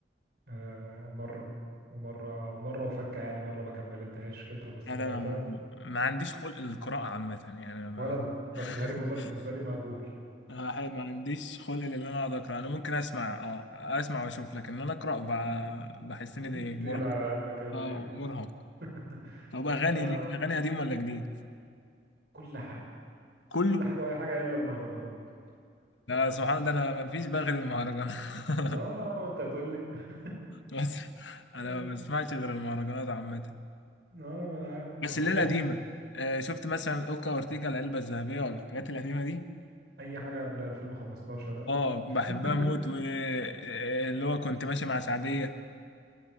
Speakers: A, on the right; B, on the left.
A: آه، مره ومره ومره وفكه يعني مره ما كملتهاش كده بس
B: لا
A: بداتها
B: ده انا ما ما عنديش خلق للقراءة عامة يعني أنا ما
A: ولا انا
B: <laughs>
A: بس هاري بوتر بالنسبه لي مقبول
B: آه، ما عنديش خلق ان انا اقعد اقرا انا ممكن اسمع اه اسمع واشوف لكن ان انا اقرا ب- بحس ان
A: <laughs>
B: دي مرهق
A: تقيل على قلبك قوي
B: اه
A: دي يعني.
B: مرهق
A: <laughs>
B: طب اغاني
A: لا
B: ليك اغاني قديم ولا جديد
A: كل حاجه
B: كله
A: كل حاجه وأي حاجه الا المهرجانات
B: لا سبحان الله ده انا ما فيش بقى غير المهرجانات
A: اه
B: <laughs>
A: وانت هتقول لي <laughs>
B: بس انا
A: اه
B: ما بسمعش غير المهرجانات عامة
A: آه، ما انا عارف
B: بس
A: مفهوم
B: اللي هي القديمة آه، شفت مثلا اوكا اورتيجا العلبة الذهبية ولا الحاجات القديمة دي
A: اي حاجه قبل 2015 آه.
B: اه
A: <laughs>
B: بحبها موت واللي هو كنت ماشي مع سعدية